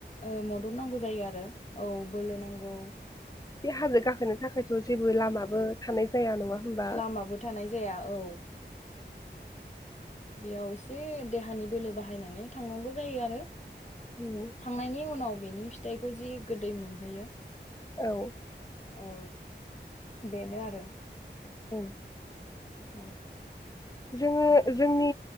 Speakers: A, on the left; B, on the left.
A: ओ मदद नांगौ जायो आरो औ बोलो नां गौ
B: बे हाजो गाखोनो थाखायथ' जेब बो लामाबो थानाय जाया नङा होमबा
A: लामाबो थानाय जाया औ। बेयाव एसे देहानि बोलो बाहायनानै थांनांगौ जायो आरो।
B: उम,
A: थांनायनि उनाव बेनि फिथ थाइखौ जि गोदै मोनहोयो।
B: औ
A: औ बेनो आरो।
B: उम
A: औ
B: जोङो जोंनि